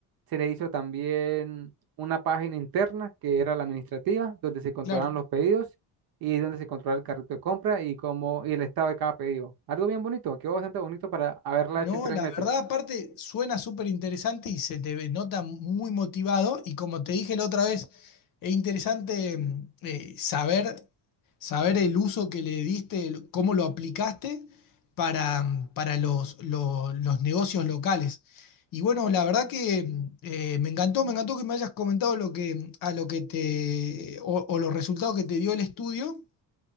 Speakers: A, on the right; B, on the left.
A: se le hizo también una página interna que era la administrativa, donde se controlaban
B: claro.
A: los pedidos y donde se controlaba el carrito de compra y, cómo, y el estado de cada pedido. Algo bien bonito, quedó bastante bonito para haberla
B: No,
A: hecho en tres
B: la
A: meses.
B: verdad, aparte, suena súper interesante y se te ve- nota muy motivado. Y como te dije la otra vez, es interesante mm, eh, saber, saber el uso que le diste, el- cómo lo aplicaste para, mm, para los, lo- los negocios locales. Y bueno, la verdad que mm, eh, me encantó, me encantó que me hayas comentado lo que, a lo que te, o, o los resultados que te dio el estudio.